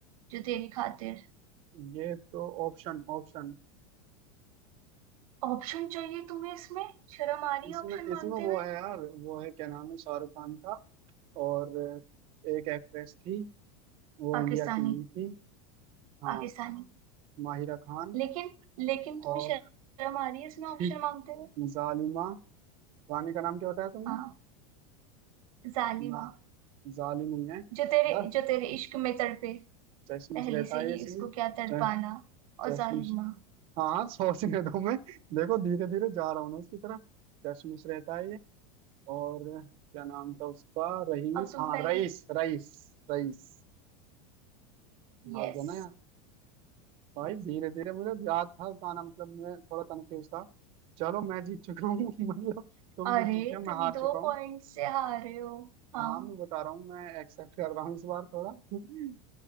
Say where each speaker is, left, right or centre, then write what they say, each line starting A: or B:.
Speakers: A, on the right; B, on the right.
A: जो तेरी खातिर
B: ये तो ऑप्शन ऑप्शन
A: ऑप्शन चाहिए तुम्हें इसमें शर्म आ रही
B: इसमें
A: है ऑप्शन मांगते
B: इसमें वो
A: हुए
B: है यार वो है क्या नाम है शाहरुख खान था और एक एक्ट्रेस थी वो
A: पाकिस्तानी
B: इंडिया की नहीं थी हाँ
A: पाकिस्तानी
B: माहिरा खान
A: लेकिन लेकिन
B: और
A: तुम्हें शर्म आ रही है इसमें
B: <laughs>
A: ऑप्शन मांगते हुए
B: जालिमा रानी का नाम क्या बताया तुमने
A: हाँ जालिमा
B: ना जालिम ही है
A: जो तेरे
B: बस
A: जो तेरे इश्क में तड़पे
B: चश्मिश
A: पहले
B: रहता
A: से
B: है
A: ही
B: इसमें
A: उसको क्या तड़पाना
B: च-
A: और
B: चश्मिश
A: जालिमा
B: हाँ हाँ सोचने दो मैं देखो धीरे धीरे जा रहा हूँ ना उसकी तरफ कशमिश रहता है ये और क्या नाम था उसका रईस
A: अब तुम
B: हाँ
A: पहले
B: रईस रईस रईस
A: यस
B: हाँ गया ना यार भाई
A: यस
B: धीरे धीरे मुझे याद था गाना मतलब मैं थोड़ा कंफ्यूज था चलो मैं जीत चुका हूँ <laughs> मतलब तुम
A: अरे
B: जीत चुके हो मैं
A: तुम
B: हार
A: दो
B: चुका हूँ
A: पॉइंट से हारे हो हाँ
B: हाँ मैं बता रहा हूँ मैं एक्सेप्ट कर रहा हूँ इस बार थोड़ा <laughs>